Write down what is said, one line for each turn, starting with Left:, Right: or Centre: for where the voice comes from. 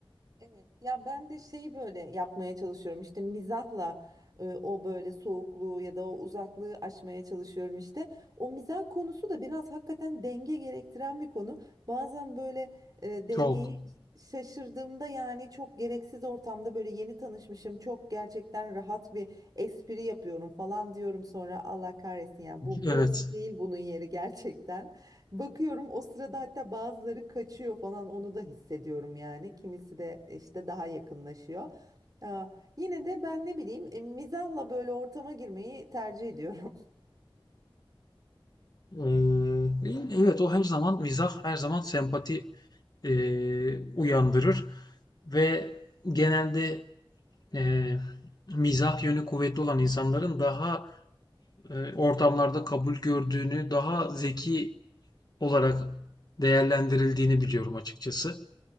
Right: Evet ya ben de şey böyle yapmaya çalışıyorum işte mizahla e, o böyle soğukluğu ya da o uzaklığı aşmaya çalışıyorum işte. O mizah konusu da biraz hakikaten denge gerektiren bir konu. Bazen böyle e, dengeyi
Left: Çok.
Right: şaşırdığımda yani çok gereksiz ortamda böyle yeni tanışmışım çok gerçekten rahat bir espri yapıyorum falan diyorum sonra Allah kahretsin yani bu
Left: Evet.
Right: burası değil bunun yeri gerçekten. Bakıyorum o sırada hatta bazıları kaçıyor falan onu da hissediyorum yani. Kimisi de işte daha yakınlaşıyor. Aa, yine de ben ne bileyim e, mizahla böyle ortama girmeyi tercih ediyorum. <laughs>
Left: Eee, evet o her zaman mizah, her zaman sempati eee, uyandırır ve genelde eee, mizah yönü kuvvetli olan insanların daha eee, ortamlarda kabul gördüğünü, daha zeki olarak değerlendirildiğini biliyorum açıkçası.